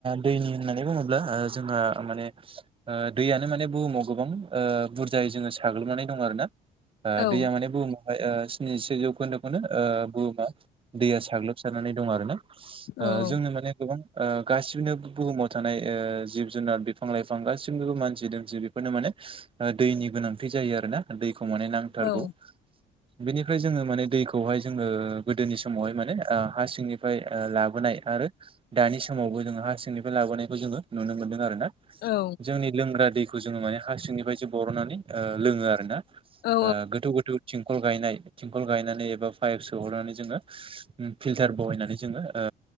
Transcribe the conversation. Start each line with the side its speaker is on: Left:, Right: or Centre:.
Right: दैनि होननानै बुङोब्ला जोंहा माने दैयानो माने बुहुमाव गोबां ओ बुरजायै जोङो साग्लोबनानै दं आरो ना ओ
Left: औ
Right: दैया माने बुहुमावहाय ओ स्निसे जौखोन्दोखौनो ओ बुहुमा दैया साग्लोबसारनानै दं आरो ना? ओ
Left: औ
Right: जोंनो माने गोबां गासिैनोबो बुहुमाव थानाय जिब जुनार बिफां लाइफां गासिनिबो मानसि दुमसि बेफोरनो माने दैनि गोनांथि जायो आरो ना दैखौ माने नांथारगौ
Left: औ
Right: बेनिफ्राय जोङो माने दैखौहाय जोङो गोदोनि समावहाय माने हा सिंनिफ्राय लाबोनाय आरो दानि समावबो जोङो हार सिंनिफ्राय लाबोनायखौ जोङो नुनो मोनदों आरो ना
Left: औ
Right: जोंनि लोंग्रा दैखौ खौ जोङो माने हार सिंनिफ्रायसो बर'नानै लोङो आरो ना
Left: औ
Right: गोथौ गोथौ थिंखल गायनाय थिंखल गायनानै एबा पाइप सोहरनानै जोङो फिल्टार बहायनानै जोङो ओ